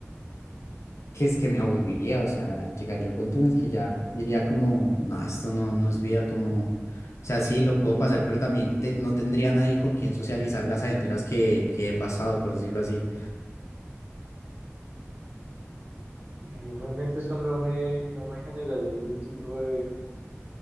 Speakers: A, on the left (about 75°); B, on the right (about 40°).
A: que es que me aburriría, o sea, llegaría al punto en el que ya diría como, no, esto no, no es vida, como, o sea, sí, lo puedo pasar, pero también te- no tendría nadie con quien socializar las aventuras que, que he pasado, por decirlo así.
B: Y a mí realmente eso no me, no me generaría ningún tipo de,